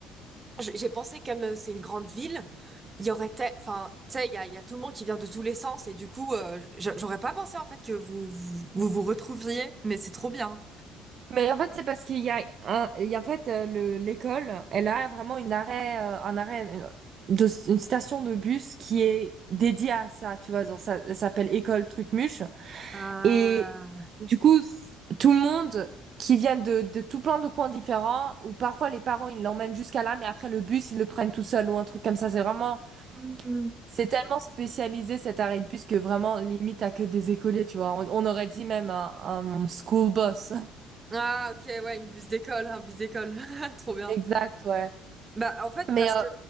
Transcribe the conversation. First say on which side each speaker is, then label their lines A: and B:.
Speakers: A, on the right; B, on the right.
A: j- j'ai pensé comme euh, c'est une grande ville, il y aurait, te- enfin, tu sais, il y a, il y a tout le monde qui vient de tous les sens et du coup, euh, j- j'aurais pas pensé en fait que vous vous, vous vous retrouviez, mais c'est trop bien.
B: Mais en fait, c'est parce qu'il y a un, il y a en fait euh, le, l'école, elle a vraiment une arrêt, euh, un arrêt une- de, une station de bus qui est dédiée à ça, tu vois. Genre, ça, ça s'appelle École Trucmuche.
A: Ah.
B: Et du coup, c- tout le monde qui vient de, de tout plein de coins différents, ou parfois les parents, ils l'emmènent jusqu'à là, mais après le bus, ils le prennent tout seul ou un truc comme ça. C'est vraiment,
A: Hmm.
B: c'est tellement spécialisé cet arrêt de bus que vraiment, limite, t'as que des écoliers, tu vois. On, on aurait dit même un, un school bus. <laughs>
A: Ah, ok, ouais, une bus d'école, un bus d'école. <laughs> Trop bien.
B: Exact, ouais.
A: Bah, en fait,
B: Mais
A: parce
B: euh,
A: que.